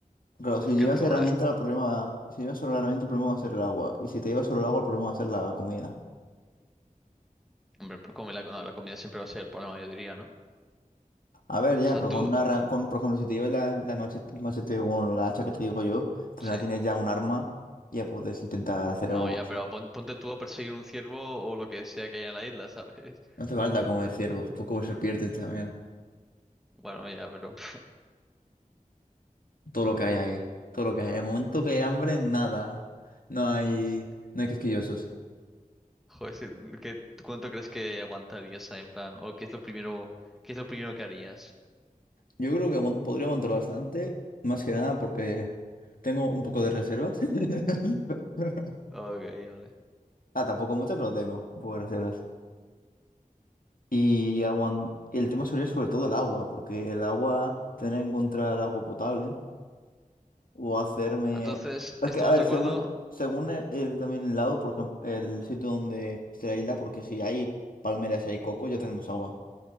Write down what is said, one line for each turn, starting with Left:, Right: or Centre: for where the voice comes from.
Left: Claro,
Centre: acercarte
Left: si llevas herramienta,
Centre: a una...
Left: el problema va... Si llevas solo la herramienta, el problema va a ser el agua. Y si te llevas solo el agua, el problema va a ser la comida.
Centre: Hombre, pero como la, no, la comida siempre va a ser el problema, yo diría, ¿no?
Left: A ver, ya,
Centre: O sea,
Left: pero
Centre: tú,
Left: con una... ra- Con, por ejemplo, si te llevas la, la machete, el machete o la hacha que te digo yo, al final
Centre: sí,
Left: tienes ya un arma y ya puedes intentar hacer
Centre: no,
Left: algo con
Centre: ya,
Left: eso.
Centre: pero pon- ponte tú a perseguir un ciervo o lo que sea que haya en la isla, <laughs> ¿sabes?
Left: No te falta comer ciervos, pues comer serpientes también.
Centre: Bueno, ya, pero... pf,
Left: Todo lo que hay
Centre: mm,
Left: ahí. Todo lo que hay. En el momento que hay hambre, nada. No hay...
Centre: <laughs>
Left: No hay quisquillosos.
Centre: Joder, sí, ¿qué, tú cuánto crees que aguantarías ahí, en plan? ¿O qué es lo primero, qué es lo primero que harías?
Left: Yo creo que aguant- podría aguantar bastante, más que nada porque tengo un poco de reservas. <laughs>
Centre: Ok, vale.
Left: Ah, tampoco mucha, pero tengo, por reservas. Y aguan- el tema sería sobre todo el agua, porque el agua, tener que encontrar agua potable o hacerme...
Centre: Entonces,
Left: Es
Centre: ¿estamos
Left: que, a ver,
Centre: de acuerdo?
Left: según, según el- el- también el lado, por ejemplo, el sitio donde esté la isla, porque si hay palmeras y hay coco, ya tenemos agua.